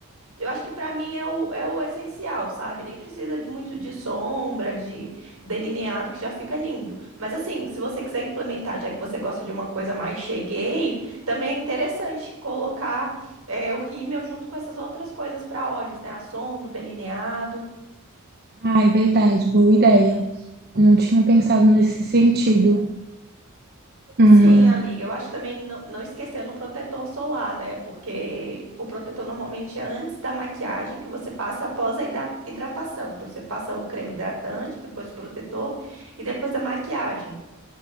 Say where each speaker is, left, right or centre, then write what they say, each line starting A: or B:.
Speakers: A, on the right; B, on the right.
A: eu acho que pra mim é o, é o essencial, sabe? Nem precisa de muito de sombra, de delineado, que já fica lindo. Mas assim, se você quiser implementar, já que você gosta de uma coisa mais cheguei, também é interessante colocar é, o rímel junto com essas outras coisas pra olhos, né? A sombra, o delineado.
B: Ah, é verdade, boa ideia. Não tinha pensado nesse sentido. Hum,
A: Sim, amiga, eu acho que também não, não esquecendo o protetor solar, né? Porque o protetor normalmente é antes da maquiagem que você passa após a hidra- hidratação. Então você passa o creme hidratante, depois o protetor e depois a maquiagem.